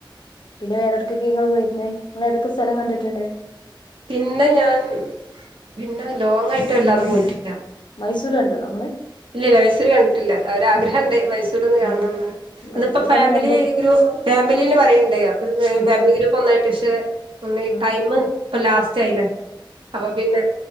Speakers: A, on the left; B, on the right.
A: പിന്നെ വേറെടക്കക്കെ ഇങ്ങള് പോയിരുന്നെ ങ്ങളേതൊക്കെ സ്ഥലം കണ്ടിട്ട്ണ്ട്.
B: പിന്നെ ഞാൻ പിന്നെ ലോങ് ആയിട്ടല്ലാതെ പോയിട്ടില്ല.
A: മൈസൂര് കണ്ടോനോങ്ങള്?
B: ഇല്ലില്ല മൈസൂര് കണ്ടിട്ടില്ല ഒരാഗ്രഹണ്ട് മൈസൂരോന്ന് കാണണന്ന്‌
A: ആഹ് മൈസൂര്
B: ഇന്നിപ്പ ഫാമിലി
A: പോണേ രണ്ട്
B: ഗ്രൂ ഫാമിലിൽന്ന് പറയണ്ട് അപ്പന്ന്‌
A: ഉം
B: ഫാമിലി ഗ്രൂപ്പ് ഒന്നായിട്ട് ക്ഷെ ഒന്ന്‌
A: ഉം
B: ടൈമ് ഇപ്പ ലാസ്റ്റ് ആയില്ലേ അപ്പൊ പിന്നെ